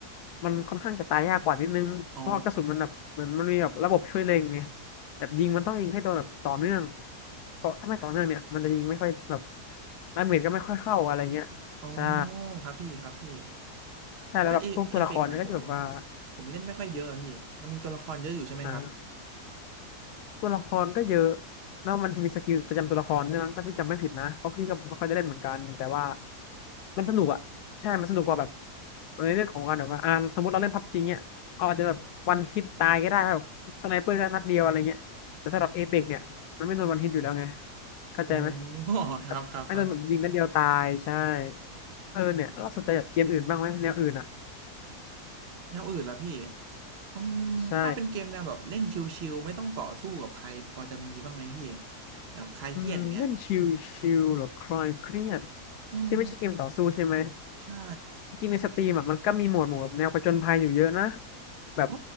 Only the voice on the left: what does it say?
มันค่อนข้างจะตายยากกว่านิดนึงเพราะว่ากระสุนมันแบบเหมือนมันมีแบบระบบช่วยเล็งไง
แบบยิงมันต้องยิงให้โดนแบบต่อเนื่องเพราะถ้าไม่ต่อเนื่องเนี่ยมันจะยิงไม่ค่อยแบบดาเมจก็ไม่ค่อยเข้าอะไรเงี้ยใช่
ใช่แล้วแบบพวกตัวละครเนี่ยก็จะแบบว่า
อ่า ตัวละครก็เยอะแล้วมันมีสกิลประจำตัวละครใช่ไหมยถ้าพี่จำไม่ผิดนะเพราะพี่ก็ไม่ค่อยได้เล่นเหมือนกัน แต่ว่ามันสนุกอ่ะใช่มันสนุกกว่าแบบในเรื่องของการแบบว่าอ่าสมมติเราเล่นพับจริงเนี่ยเอาอาจจะแบบวันฮิตตายก็ได้แบบสไนเปอร์ก็นัดเดียวอะไรเงี้ย แต่สำหรับเอเปกเนี่ย มันไม่โดนวันฮิตอยู่แล้วไงเข้าใจไหม
แบบไม่โดนแบบยิงนัดเดียวตายใช่เออเนี่ยเราสนใจแบบเกมอื่นบ้างไหมแนวอื่นอ่ะ
ใช่
อืมเล่นชิลชิลหรือคลายเครียด
ที่ไม่ใช่เกมต่อสู้ใช่ไหม
จริงในสตรีมอ่ะมันก็มีโหมดหมู่แบบแนวผจญภัยอยู่เยอะนะแบบ